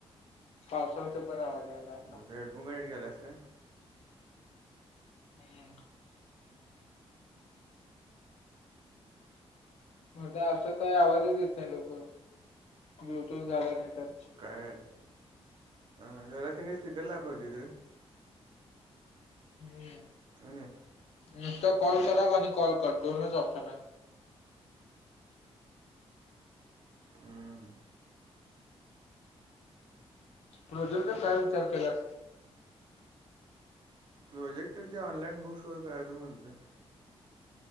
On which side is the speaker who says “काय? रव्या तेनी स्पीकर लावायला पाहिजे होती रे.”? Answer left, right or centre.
Right